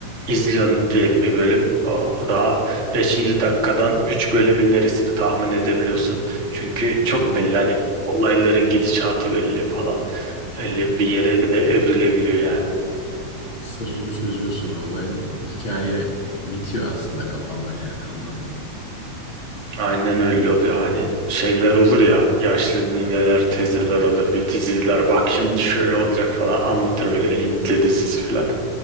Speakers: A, on the right; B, on the left.
A: izliyorsun diyelim bir bölüm. O daha beşinci dakikadan 3 bölüm ilerisini tahmin edebiliyorsun. Çünkü çok
B: Hmm.
A: belli hani olayların gidişatı belli falan. Öyle bir yere de evrilebiliyor yani.
B: Sırrını çözüyorsun olayın. Hikaye bitiyor aslında kafanda yani anladım.
A: Aynen öyle oluyor hani şeyler olur ya yaşlı nineler teyzeler olur bir diziler bak şimdi şöyle olacak falan anlatır böyle Hintli dizisi falan.